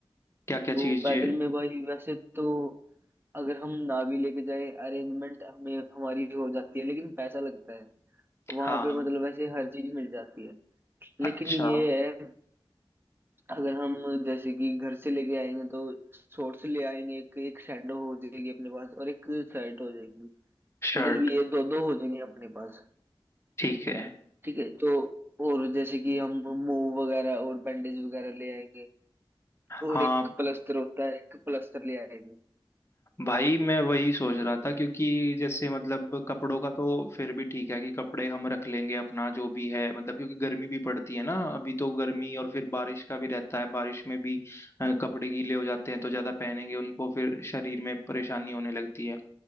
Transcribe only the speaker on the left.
क्या क्या
चीज
हाँ
हाँ
अच्छा
शर्ट
ठीक है
हाँ
भाई मैं वही सोच रहा था क्योंकि जैसे मतलब कपड़ों का तो फिर भी ठीक है कि कपड़े हम रख लेंगे अपना जो भी है मतलब क्योंकि गर्मी भी पड़ती है ना अभी तो गर्मी और फिर बारिश का भी रहता है बारिश में भी अ, कपड़े गीले हो जाते हैं तो ज्यादा पहनेंगे उनको फिर शरीर में परेशानी होने लगती है